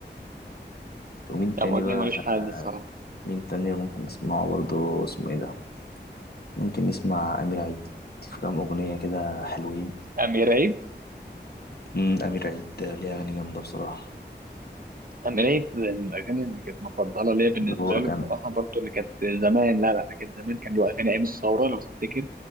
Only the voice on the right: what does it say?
أبو وديع
ملوش حل
الصراحة
أمير عيد
أمير عيد من الأغاني اللي كانت مفضلة ليا بالنسبة
له
بصراحة برضه اللي كانت زمان لا لا كانت زمان كان له أغاني أيام الثورة لو تفتكر